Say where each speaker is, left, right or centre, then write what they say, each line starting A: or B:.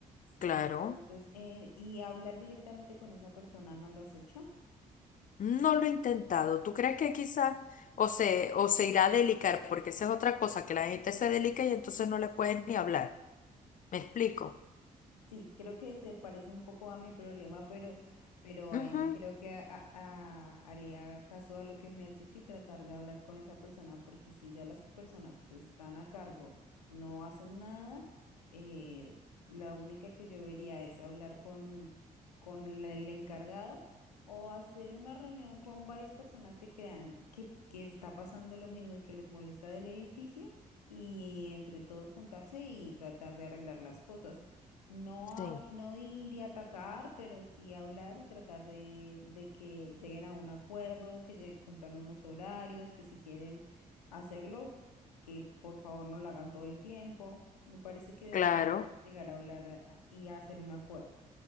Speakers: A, on the left (about 40°); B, on the left (about 85°).
A: Claro.
B: Entonces, eh, y hablar directamente con esa persona, ¿no lo has hecho?
A: No lo he intentado. ¿Tú crees que quizá o se, o se irá a delicar? Porque esa es otra cosa, que la gente se delica y entonces no le puedes ni hablar. ¿Me explico?
B: Sí, creo que se parece un poco a mi problema, pero, pero ahí
A: Ujú,
B: creo que a- a- haría caso a lo que me has dicho y tratar de hablar con esa persona, porque si ya las personas que están a cargo no hacen nada, eh, la única que yo vería es hablar con, con la- el encargado o hacer una reunión con varias personas que crean que, que está pasando lo mismo y que les molesta del edificio y entre todos juntarse y tratar de arreglar las cosas. No, hab-
A: Sí,
B: no ir y atacar, pero sí hablar y tratar de, de que lleguen a un acuerdo, que lle- cumplan unos horarios, que si quieren hacerlo, que por favor no lo hagan todo el tiempo. Me parece que deberían
A: claro.
B: llegar a hablar a- a- y a hacer un acuerdo.